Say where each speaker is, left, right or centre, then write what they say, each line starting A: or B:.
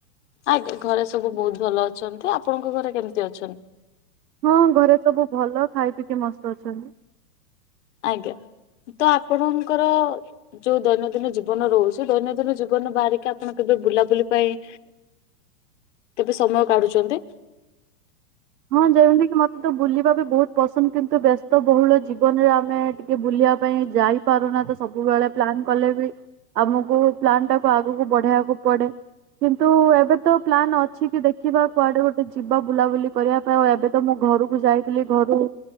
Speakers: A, on the left; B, on the right.
A: ଆଜ୍ଞା ଘରେ ସବୁ ବହୁତ ଭଲ ଅଛନ୍ତି। ଆପଣଙ୍କ ଘରେ କେମିତି ଅଛନ୍ତି?
B: ହଁ ଘରେ ସବୁ ଭଲ ଖାଇ ପିଇିକି ମସ୍ତ ଅଛନ୍ତି।
A: ଆଜ୍ଞା ତ ଆପଣଙ୍କର ଯୋଉ ଦୈନଦିନ ଜୀବନ ରହୁଛି ଦୈନଦିନ ଜୀବନ ରୁ ବାହାରିକି ଆପଣ କେବେ ବୁଲାବୁଲି ପାଇଁ କେବେ ସମୟ କାଢୁଛନ୍ତି?
B: ହଁ ଯେମିତି କିି ମତେ ତ ବୁଲିବା ବି ବହୁତ ପସନ୍ଦ କିନ୍ତୁ ବ୍ୟସ୍ତ ବହୁଳ ଜୀବନରେ ଆମେ କି ବୁଲିବା ପାଇଁ ଯାଇପାରୁନା। ତ ସବୁବେଳେ ପ୍ଲାନ କଲେ ବି ଆମକୁ ପ୍ଲାନ୍ ଟାକୁ ଆଗକୁ ବଢେଇବାକୁ ପଡେ। କିନ୍ତୁ ଏବେ ତ ପ୍ଲାନ୍ ଅଛି କି ଦେଖିବା କୁଆଡେରେ ଗୋଟେ ଯିବା ବୁଲାବୁଲି କରିବା ପାଇଁ ଆଉ ଏବେ ତ ମୁଁ ଘରକୁ ଯାଇଥିଲି ଘରୁ